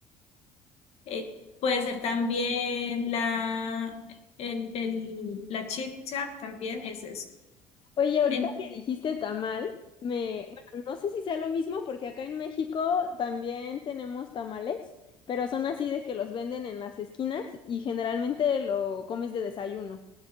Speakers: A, on the left; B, on the left.
A: eh, puede ser también la, el- el- la chicha, también es eso.
B: Oye, ahorita
A: En-
B: que dijiste tamal, me, bueno, no sé si sea lo mismo porque acá en México también tenemos tamales, pero son así de que los venden en las esquinas y generalmente lo comes de desayuno.